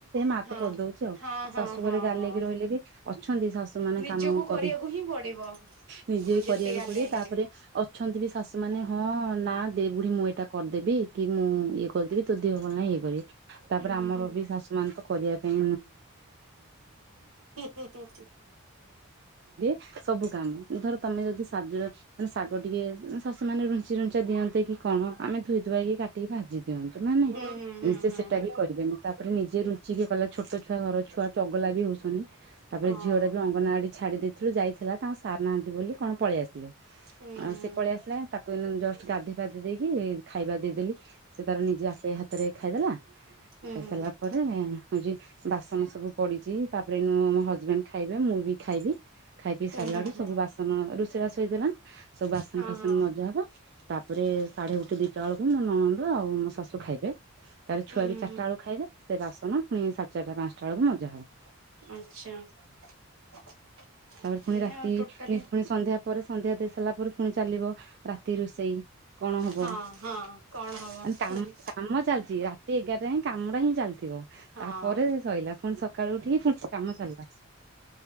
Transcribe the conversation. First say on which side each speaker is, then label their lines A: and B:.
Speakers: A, on the right; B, on the right.
A: କର୍
B: ହଁ।
A: ଦଉଚି ଆ।
B: ହଁ ହଁ
A: ଶାଶୁ
B: ହଁ
A: ଘରେ ଗାଲେଇ
B: ହଁ
A: କି ରହିଲେ ବି, ଅଛନ୍ତି ଶାଶୁ ମାନେ
B: ନିଜକୁ
A: କାମ କରି
B: କରିବାକୁ ହିଁ ପଡିବ
A: ନିଜେ-------ରିବାକୁ
B: ଯେତେ ଗାଲେଇଲେ
A: ପଡ଼ିବ। ତା'ପରେ
B: ବି।
A: ଅଛନ୍ତି ବି ଶା ମାନେ ହଁ ନା ଦେ, ବୁଢ଼ୀ ମୁଁ ଏଟା କର୍ ଦେବି କି ମୁଁ ଇଏ କ ଦିହ ଭଲ୍‌ ନାହିଁ, ଇଏ ତା'ପରେ
B: ହୁଁ ହୁଁ
A: ଆମର
B: ହୁଁ
A: ବି ଶାଶୁ ମାନ ତ କରିବା ପାଇଁ
B: ହୁଁ ହୁଁ
A: <inaudible> ସବୁ କାମ, ଧର ତମେ ଯଦି ମାନେ ଶାଗ ଟିକେ ଶାଶୁ ମାନେ ରୁଞ୍ଚି ରୁଞ୍ଚା ଦିଅନ୍ତ କି କ'ଣ? ଆମେ ଧୁଇ ଧୁଆକି କାଟିକି ଭାଜି ନା
B: ହୁଁ
A: ନାହିଁ,
B: ହୁଁ
A: ସେଟା ବି କରିବେନି। ତା'ପରେ ନିଜେ ରୁଞ୍ଚି କଲେ ଛୋଟ ଛୁଆ ଘର, ଛୁଆ ଚଗଲା ବି ହଉ---ନି, ତା'ପରେ
B: ହଁ।
A: ଝିଅଟା ବି ଅଙ୍ଗନା ଛାଡ଼ି ଦେଇଥିଲୁ ଯାଇଥିଲା। ତା ସାର୍ ନାହାନ୍ତି ବୋଲି କ'ଣ ପଳେଇ ଆସ୍‌ଲେ,
B: ହୁଁ ହୁଁ
A: ସେ ପଳେଇ ଆସ୍‌ଲା। ତାକୁ ଜଷ୍ଟ୍ ଗାଧେଇ ପାଧେଇ ଦେଇକି, ଖାଇବା ଦେଇ ଦେଲି। ସେ ତା'ର ନିଜ ଖାଇଦେଲା,
B: ହୁଁ
A: ଖାଇ
B: ହୁଁ
A: ସା--ଲା ପରେ ହଉ ବାସନ୍ ସବୁ ପଡ଼ିଚି, ତା'ପରେ ହଜ୍‌ବେ ଖାଇବେ ମୁଁ ବି ଖାଇବି। ଖାଇପିଇ ସାର୍ଲା
B: ହୁଁ ହୁଁ
A: ସବୁ ବାସନ୍ ରୁଷେଇ ବାସ ହେଇଥିଲା, ସବୁ ବାସନ୍‌
B: ହଁ
A: ଫାସନ୍‌
B: ହଁ।
A: ମଜା ବ। ତା'ପରେ ସାଢ଼େ ଗୋଟେ ଦିଟା ବଳକୁ ନଣନ୍ଦ ଆଉ ମୋ ଶାଶୁ ଖାଇବେ। ଛୁଆ
B: ହୁଁ
A: ବି
B: ହୁଁ
A: ଚାର୍ଟା
B: ହୁଁ
A: ଖାଇବେ, ସେ ବାସନ ସା ଚାର୍ଟା ପାନ୍‌ଷ୍ଟା ଳକୁ ମଜା ହବ।
B: <inaudible>
A: ତା'ପରେ ଫୁଣି
B: ଏଇଆ
A: ରାତି,
B: ଆଉ ଟୋଟାଲି
A: ଫୁଣି ସନ୍ଧ୍ୟା ପରେ ସନ୍ଧ୍ୟା ଦେଇ ସାଇଲା ପରେ, ଫୁଣି ଚାଲିବ ରାତି ରୁଷେଇ। କ'ଣ ହବ?
B: ହଁ ହଁ କଣ ହବ
A: ଏଗାର୍---କାମଟା
B: ହୁଁ
A: ହିଁ ଚାଲ୍ ଥିବ,
B: ହଁ
A: ତା'ପରେ ସଇଲା, ଫୁଣି ସକାଳୁ ଉଠିକି ଫୁଣି କାମ ଚାଲ୍ଲା।